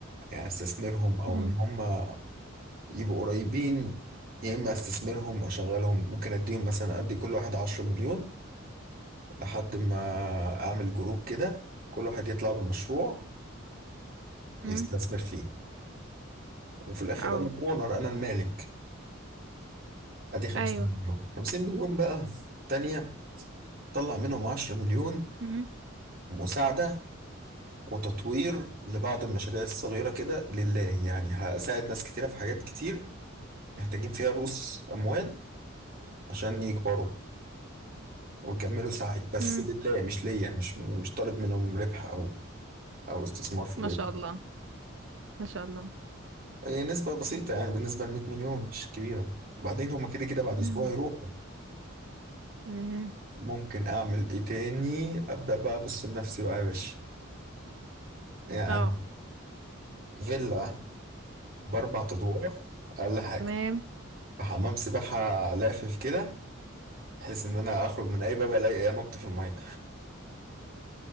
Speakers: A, on the right; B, on the right.
A: يعني استثمرهم او
B: امم
A: ان هم يبقوا قريبين يا اما استثمرهم اشغلهم ممكن اديهم مثلا ادي كل واحد 10 مليون لحد ما اعمل جروب كده كل واحد يطلع بمشروع يستثمر
B: مم.
A: فيه وفي الاخر
B: اه
A: انا الاونر انا المالك ادي 50
B: ايوه
A: مليون 50 مليون بقى تانية طلع منهم 10 مليون
B: مم.
A: مساعدة وتطوير لبعض المشاريع الصغيرة كده لله يعني هساعد ناس كتيرة في حاجات كتير محتاجين فيها رؤوس أموال عشان يكبروا ويكملوا سعي بس
B: مم.
A: لله مش ليا مش مش طالب منهم ربح او او استثمار في
B: ما
A: بيتي
B: شاء الله ما شاء الله
A: هي نسبة بسيطة يعني بالنسبة ل 100 مليون مش كبيرة وبعدين هما كده كده بعد
B: مم.
A: اسبوع هيروحوا
B: مم.
A: ممكن اعمل ايه تاني ابدا بقى ابص لنفسي بقى يا باشا يعني
B: اه
A: فيلا باربع ادوار اقل حاجة
B: تمام
A: بحمام سباحة لافف كده بحيث ان انا اخرج من اي باب الاقي انط في المية